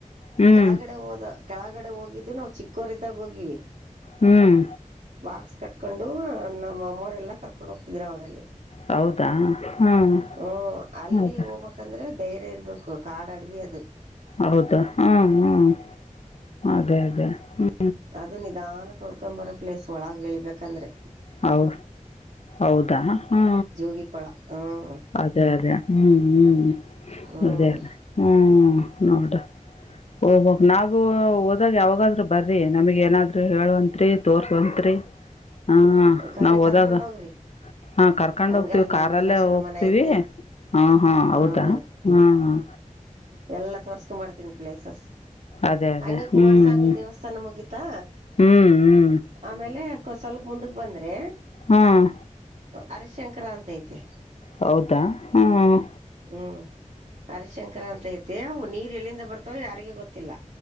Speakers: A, on the left (about 55°); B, on the right (about 65°).
A: ಹ್ಞೂ
B: ಕೆಳಗಡೆ ಹೋದ ಕೆಳಗಡೆ ಹೋಗಿದ್ದು ನಾವು ಚಿಕ್ಕೋರಿದ್ದಾಗ ಹೋಗಿವಿ
A: ಹ್ಮ್
B: ಬಾಕ್ಸ್ ಕಟ್ಕೊಂಡು ನಮ್ಮ ಅಮ್ಮರೆ ಎಲ್ಲ ಕರ್ಕೊಂಡು ಹೋಗ್ತಿದರು ಅವಾಗಲ್ಲಿ
A: ಹೌದಾ ಹಾಂ
B: ಹ್ಮ ಅಲ್ಲಿ
A: ಹೌದಾ
B: ಹೋಗ್ಬೇಕಕ್ಂದ್ರೆ ಧೈರ್ಯ ಇರ್ಬೇಕು ಕಾಡು ಅಡ್ವಿ ಅದು
A: ಹೌದು ಹ್ಮ್ ಹ್ಮ್ ಹಾಗೆ ಹಾಗೆ ಹ್ಮ
B: ಅದು ನಿಧಾನ ನೋಡ್ಕೊಂಡ್ ಬರೋ ಪ್ಲೇಸ್ ಒಳಗೆ ಎಳಿಬೇಕಂದ್ರೆ
A: ಹೌ ಹೌದಾ ಹ್ಮ
B: ಜೋಗಿ ಕೊಳ ಹ್ಮ್
A: ಅದೇ ಅದೇ ಹ್ಮ್ ಹ್ಮ್
B: ಹ್ಮ್
A: ಅದೇ ಅ ಹ್ಮ್ ನೋಡ್ ಹೋಗ್ಬಕ್ ನಾವು ಹೋದಾಗ ಯಾವಾಗಾದ್ರು ಬರಿ ನಮಗ್ ಏನಾದ್ರು ಹೇಳುವಂತ್ರಿ ತೋರ್ಸವಂತ್ರಿ ಹಾ
B: ಕರೆ
A: ನಾವ ಹೋದಾಗ.
B: ಕರ್ಕೊಂಡ್ ಹೋಗ್ರಿ
A: ಹಾ ಕರ್ಕೊಂಡ್
B: ಹಂಗಲ್
A: ಹೋಗ್ತೀವಿ
B: ನಮ್
A: ಕಾರಲ್ಲೇ
B: ರಿಲೇಶನ್
A: ಹೋಗ್ತೀವಿ.
B: ಮನೆ ಐತಿ
A: ಹಾ ಹಾ ಹೌದಾ
B: ಹ್ಮ
A: ಹ್ಮ್ ಹ್ಮ್
B: ಎಲ್ಲಾ ತೋರ್ಸ್ಕೊಂಡಂಬ್ತೀನಿ ಪ್ಲೇಸಸ್
A: ಅದೇ ಅದೇ
B: ಹಂಗೆ
A: ಹ್ಞೂ
B: ಕುಮಾರಸ್ವಾಮಿ
A: ಹ್ಞೂ
B: ದೇವಸ್ಥಾನ ಮುಗಿ ತ್ತ
A: ಹ್ಞೂ ಹ್ಞೂ
B: ಆಮೇಲೆ ಸ್ವಲ್ಪ ಮುಂದಕ್ ಬಂದ್ರೆ.
A: ಹ್ಮ್
B: ಹರೆ ಶಂಕ್ರ ಅಂತೈತೆ.
A: ಹೌದಾ ಹ್ಮ್
B: ಹ್ಮ್ ಹರಿಶಂಕರ ಅಂತೈತಿ ಅವು ನೀರ್ ಎಲ್ಲಿಂದ ಬರ್ತಾವ ಯಾರಿಗ ಗೊತ್ತಿಲ್ಲ.